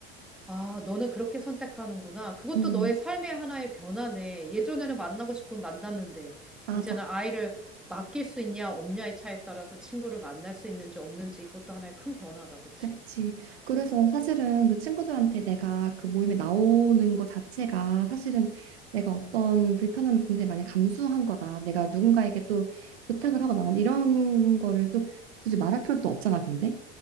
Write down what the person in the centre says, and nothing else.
아, 너는 그렇게 선택하는구나. 그것도
너의 삶의 하나의 변화네. 예전에는 만나고 싶으면 만났는데,
이제는 아이를 맡길 수 있냐, 없냐의 차에 따라서 친구를 만날 수 있는지 없는지 그것도 하나의 큰 변화다. 그치?